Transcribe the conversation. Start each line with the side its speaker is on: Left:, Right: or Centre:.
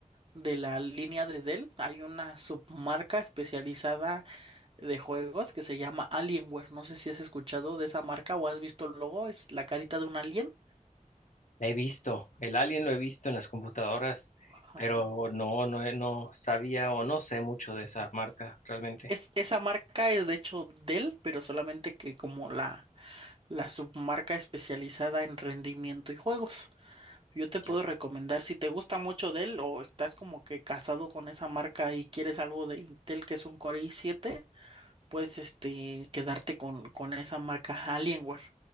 Right: de la línea de Dell, hay una submarca especializada de juegos que se llama Alienware. No sé si has escuchado de esa marca o has visto el logo, es la carita de un alien.
Left: la he visto, el alien lo he visto en las computadoras,
Right: Ajá.
Left: pero no, no, he- no sabía o no sé mucho de esa marca realmente.
Right: Es, esa marca es de hecho Dell, pero solamente que como la, la submarca especializada en rendimiento y juegos. Yo te puedo
Left: Ya.
Right: recomendar, si te gusta mucho Dell o estás como que casado con esa marca y quieres algo de Intel que es un Core i7, puedes este, quedarte con, con esa marca Alienware.